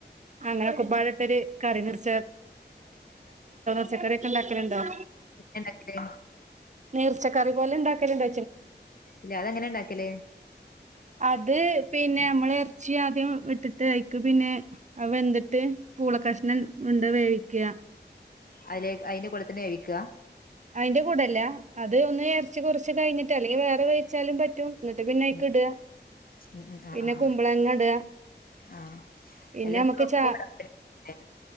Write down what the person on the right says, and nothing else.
അങ്ങനെ ഒക്കപ്പാട് ട്ടൊരു കറി നർച്ച പച്ചക്കറിയൊക്കെണ്ടാക്കലുണ്ടോ?
നീർച്ച കറിപോലെ ഉണ്ടാക്കലുണ്ട
അത് പിന്നെ മ്മൾ എർച്ചി ആദ്യം വെച്ചിട്ട് അയ്ക്ക് പിന്നെ അത് വെന്തിട്ട് പൂളക്കഷ്ണം ഉണ്ട് വേവിക്കാ
അയിന്റെ കൂടല്ല അത് ഒന്ന് എറച്ചി കുറച്ച് കഴിഞ്ഞിട്ട് അല്ലെങ്കിൽ വേറെ വേവിച്ചാലും പറ്റും ന്നട്ട് പിന്നെ ഐക്ക്
ഇടാ,
പിന്നെ
കുമ്പളങ്ങ ഇടാ
പിന്നെ
അമക്ക്
ചാ